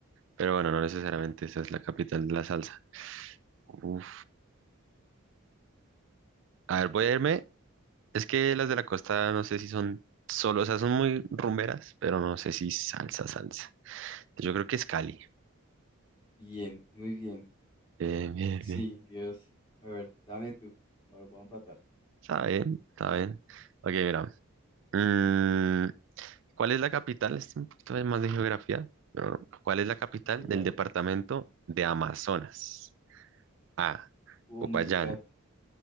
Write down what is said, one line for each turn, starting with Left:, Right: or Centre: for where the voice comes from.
Right: pero bueno, no necesariamente esa es la capital de la salsa. Uf. A ver, voy a irme Es que las de la costa no sé si son solo, o sea, son muy rumberas, pero no sé si salsa, salsa. Yo creo que es Cali.
Left: Bien, muy bien.
Right: Bien, bien,
Left: Sí,
Right: bien.
Left: Dios. A ver, dame tú. Ahora voy a empatar.
Right: Está bien, está bien. Ok, mira. mm, ¿cuál es la capital? Este Es un poquito de más de geografía, pero ¿cuál es la capital
Left: Y
Right: del
Left: ya, a ver.
Right: departamento de Amazonas? A.
Left: Oh
Right: Popayán.
Left: my God.